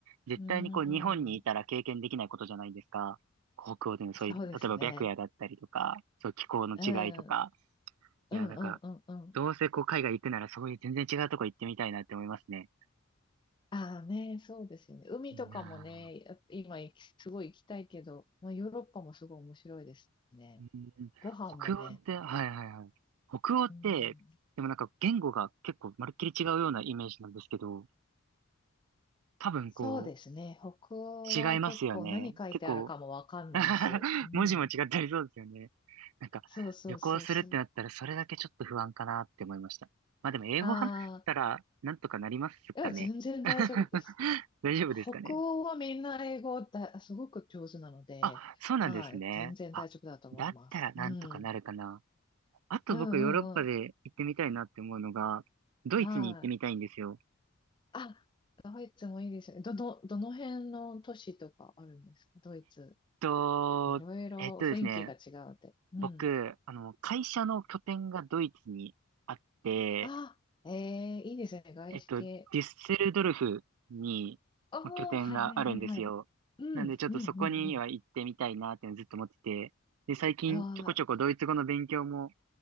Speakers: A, on the right; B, on the left.
A: 絶対にこう日本にいたら経験できないことじゃないですか。
B: うん、
A: 北欧でのそういう、
B: そうですね。
A: 例えば白夜だったりとか、そう気候の違いとか。
B: うん、うん、うん、
A: いや、なんか、
B: うん、うん。
A: どうせこう海外行くならそういう全然違うとこ行ってみたいなって思いますね。
B: ああね、そうですよね。海とかもね、
A: いいなぁ。
B: やっぱ今行き、すごい行きたいけど、まあ、ヨーロッパもすごい面白いですね。
A: うん、
B: ご飯もね。
A: 北欧って、はいはいはい。北欧って、
B: うん
A: でもなんか言語が結構まるっきり違うようなイメージなんですけど、多分こ
B: そうですね。北欧は結構何書いてあるかもわかんないし。
A: う、違いますよね。結構 <laughs>
B: うん。
A: 文字も違ったりそうですよね。なんか、
B: そうそうそうそう。
A: 旅行するってなったらそれだけちょっと不安かなって思いました。まあでも英語話したらなんとかなりますかね。
B: ああ、いや、全然大丈夫です。
A: <laughs> 大丈夫ですかね。
B: 北欧はみんな英語だ、すごく上手なので、
A: あ、そうなんですね。
B: はい、全然大丈夫だと思います。
A: あ、だったらなんとかなるかな。
B: うん。
A: あと僕ヨーロッパで行ってみたいなって思うのが、
B: うんうんうん。
A: ドイツに行ってみたいんですよ。
B: はい。あ、ドイツもいいですよね。どの、どの辺の都市とかあるんですかドイツ。
A: と、
B: いろいろ雰囲気が違うって。
A: えっとですね、
B: うん。
A: 僕、あの、会社の拠点がドイツにあって、
B: あ、ええいいですね。外資系。
A: えっと、デュッセルドルフにまあ拠点があるんですよ。
B: ああ、はいはいはいはい。うん、
A: なんでちょっとそこには行ってみたいなっていうのずっと思ってて。
B: うん、うん、うん。
A: で、最近ちょこちょこドイツ語の勉強も
B: あ